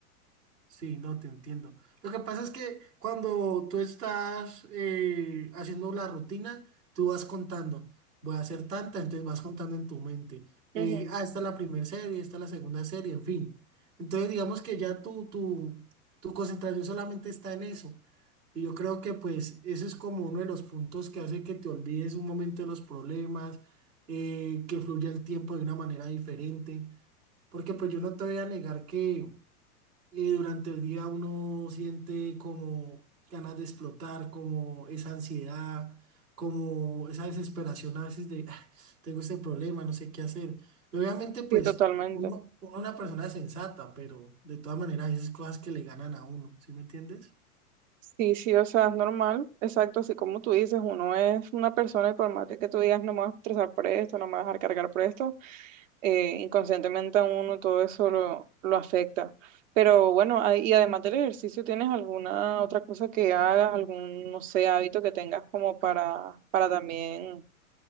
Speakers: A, on the right; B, on the right.
A: Sí, no te entiendo. Lo que pasa es que cuando tú estás eh, haciendo la rutina, tú vas contando. Voy a hacer tanta, entonces vas contando en tu mente. Eh,
B: Ujú.
A: ah, esta es la primera serie, esta es la segunda serie, en fin. Entonces, digamos que ya tu, tu, tu concentración solamente está en eso. Y yo creo que pues eso es como uno de los puntos que hace que te olvides un momento de los problemas, eh, que fluya el tiempo de una manera diferente. Porque pues yo no te voy a negar que eh, durante el día uno siente como ganas de explotar, como esa ansiedad, como esa desesperación a veces de, "Ah, tengo este problema, no sé qué hacer. Y obviamente, pues,
B: Sí, totalmente.
A: uno, uno una persona sensata, pero de todas maneras, esas cosas que le ganan a uno, ¿sí me entiendes?
B: Sí, sí, o sea, es normal, exacto, así como tú dices, uno es una persona y por más de que tú digas, no me vas a estresar por esto, no me vas a dejar cargar por esto, eh, inconscientemente a uno todo eso lo, lo afecta. Pero bueno, ah, y además del ejercicio, ¿tienes alguna otra cosa que hagas, algún, no sé, hábito que tengas como para, para también